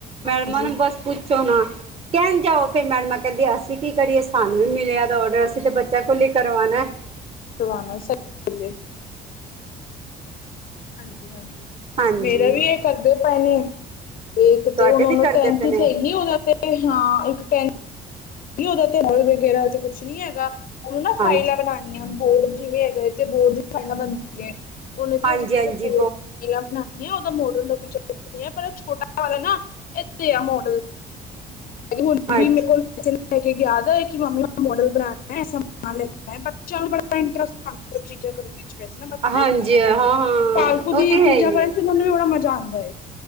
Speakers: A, on the left (about 55°); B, on the right (about 35°).
A: ਹਾਂਜੀ
B: ਮਨ ਬਸ ਪੁੱਛੋ ਨਾ ਕਹਿਣ ਜਾਓ ਫ਼ੇਰ ਮੈਡਮਾਂ ਕਹਿੰਦੀ ਅਸੀਂ ਕੀ ਕਰੀਏ, ਸਾਨੂੰ ਵੀ ਮਿਲਿਆਂ ਦਾ ਔਡਰ ਅਸੀਂ ਤਾਂ ਬੱਚਿਆਂ ਕੋਲ ਹੀ ਕਰਵਾਉਣਾਂ
A: ਕਰਵਾਨਾਂ ਸਹੀ ਗੱਲ ਹੈ। ਹਾਂਜੀ -ਹਾਂਜੀ।
B: ਹਾਂਜੀ
A: ਮੇਰਾ ਵੀ ਇਹ ਕਰਦੇਂ ਪਏ ਨੇ ਇੱਕ
B: ਤੁਹਾਡੇ
A: ਤੇ ਹੁਣ
B: ਵੀ
A: ਉਹਨੂੰ
B: ਕਰਦੇ
A: ਟੈਨਥ
B: ਪਏ
A: ਚ
B: ਨੇ
A: ਹੈਂਗੀ ਉਹ ਤੇ ਤੇ ਹਾਂ ਇੱਕ ਟੈਂ ਕੀ ਉਹਦਾ ਨੰਬਰ ਵਗੈਰਾ ਤੇ ਕੁੱਛ ਨੀ ਹੈਗਾ ਉਹਨੂੰ ਨਾ
B: ਹਾਂਜੀ
A: ਫਾਈਲਾਂ ਬਣਾ ਹੁ ਬੋਰਡ ਜਿਵੇਂ ਹੈਗਾ ਤੇ ਬੋਰਡ ਦੀਆਂ ਫਾਈਲਾਂ ਬਣਦੀਆਂ ਹੈ, ਉਹਨਾਂ ਤੇ
B: ਹਾਂਜੀ
A: ਅਜੇ
B: ਹਾਂਜੀ
A: ਬੋਰਡ ਨਹੀਂ ਉਹਦਾ ਮੋਡਲ ਦਾ ਕੋਈ ਚੱਕਰ ਨਹੀਂ ਹੈ, ਪਰ ਛੋਟਾ ਵਾਲਾ ਨਾ ਇੱਥੇ ਆ ਮੋਡਲ ਹੁਣ ਵੀ
B: ਅੱਛਾ
A: ਮੇਰੇ ਕੋਲ਼ ਯਾਦ ਹੈ ਕਿ ਮੰਮੀ ਮੋਡਲ ਬਣਾਉਣਾ ਹੈ, ਸਮਾਨ ਲੈਣਾਂ ਹੈ ਬੱਚਿਆਂ ਬੜਾ ਇੰਟਰਸਟ ਚੀਜ਼ਾਂ ਕਰਨ 'ਚ ਵੈਸੇ ਨਾ ਪਤਾ,
B: ਹਾਂਜੀ
A: ਫ਼ਾਲਤੂ
B: ਹਾਂ ਹਾਂ ਉਹ
A: ਦੀ
B: ਤੇ ਹੈ
A: ਚੀਜ਼ਾ
B: ਹੀ
A: ਕਰਨ
B: ਹੈ
A: 'ਚ ਮੈਨੂੰ ਵੀ, ਬੜਾ ਮਜ਼ਾ ਆਉਂਦਾ ਐਂ।